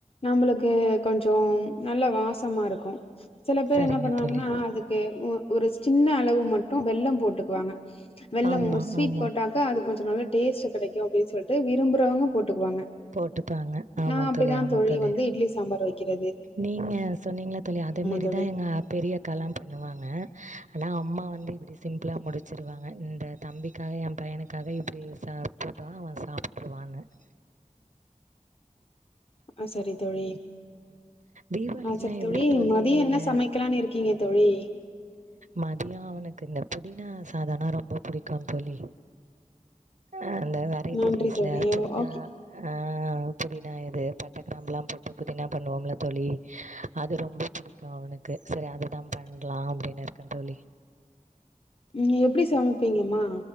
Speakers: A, on the left; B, on the right.
A: நம்மளுக்கு கொஞ்சம் நல்ல வாசமா இருக்கும் சில பேர்
B: சரிங்க
A: என்ன பண்ணுவாங்கன்னா
B: தோழி
A: அது க்கு ஒரு சின்ன அளவு மட்டும் வெல்லம் போட்டுக்குவாங்க வெள்ளம்
B: ஆமா
A: ஸ்வீட்
B: ஆமா
A: போட்டாக்க அது கொஞ்ச நல்லா டேஸ்ட் கெடைக்கும் அப்டின்னு சொல்லிட்டு விரும்புறவங்க போட்டுக்குவாங்க
B: போட்டுப்பாங்க ஆமா
A: நான் அப்படிதான்
B: தோழி ஆமா தோழி
A: வந்து இட்லி சம்பார் வக்கிற
B: நீங்க சொன்னீங்களா தோழி அதே மாரிதா
A: தோழி
B: எங்க பெரிய கல்லாம் பண்ணுவாங்க ஆனா அம்மா வந்து இப்டி சிம்பிளாழ முடிச்சிருவாங்க இந்த தம்பிக்காக என் பையனுக்காக இப்டி சா போட்டவான் அவன் சாப்ட்ருவானு <inaudible>
A: ஆ சரி தோழி
B: தீபாவளிக்குலாம்
A: ஆ சரித்தோழி
B: எப்டி தோழி
A: மதிய
B: நீங்க
A: என்ன சமைக்கலானு இருக் க்கீங்க தோழி
B: மதியம் அவனுக்கு இந்த புதினா சாதம்னா ரொம்ப புடிக்கும் தோழி அ அந்த வெரைட்டி
A: நன்றி
B: ரைஸ்ல
A: தோழி
B: புதினா
A: ஓகே
B: ஆ புதினா இது பட்டை கிராம்புல்லாம் போட்டு புதினா பண்ணுவாங்கல்ல தோழி அது ரொம்ப பிடிக்கும் அவனுக்கு சரி அதுதா பண்லாம் அப்டின்னு இருக்கே தோழி
A: நீங்க எப்டி சமைப்பீங்கம்மா